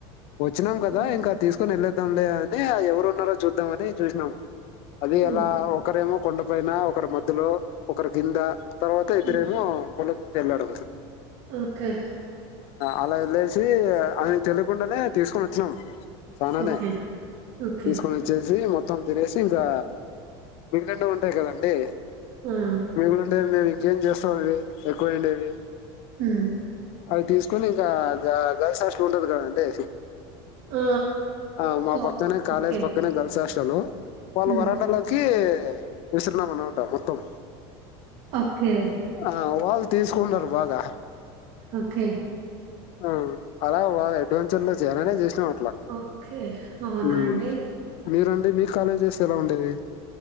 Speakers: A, on the left (about 45°); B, on the right (about 50°).
A: వచ్చినాం కదా
B: హ్మ్.
A: ఇంకా తీసుకుని వెల్లోద్దాంలే అని ఎవరు ఉన్నారో చూద్దాం అని చూసినాం అది
B: హ్మ్.
A: అలా ఒకరేమో కొండపైన ఒకరి మధ్యలో ఒకరి కింద తర్వాత ఇద్దరేమో
B: హ్మ్.
A: పొలంలోకి వెళ్ళాడు.
B: ఓకే
A: అలా ఎళ్లేసి ఆయనకు తెలికుండానే తీసుకొని వచ్చినాం చనానే
B: ఓకే. ఓకే.
A: తీసుకొని వచ్చేసి మొత్ త్తం తినేసి ఇంకా మిగిలింటవి ఉంటాయి కదండి
B: ఆ!
A: <unintelligible> ఎం చేస్తాం అండి ఎక్కువైండేవి?
B: హ్
A: అది తీసుకొని ఇంకా గ గల్స్ హాస్టల్ ఉంటది కదా అండి.
B: ఆ!
A: ఆ మా
B: కో
A: పక్కనే కాలేజ్
B: ఓకే.
A: పక్కనే గర్ల్స్ అ తలు వాళ్ళ
B: హ్మ్.
A: వరండాలోకి విస్ రమనాట మొత్తం
B: ఓకే.
A: ఆ వాళ్ళు తీసుకున్నారు బాగా
B: ఓకే
A: అ అలా వాళ అడ్వెంచర్ లో చేయాలనే చేస్ నామ్ అట్లా
B: ఓకే. అవునా
A: ఉమ్
B: అండి?
A: మీరండి మీ కాలేజెస్ ఎలా ఉండేవి?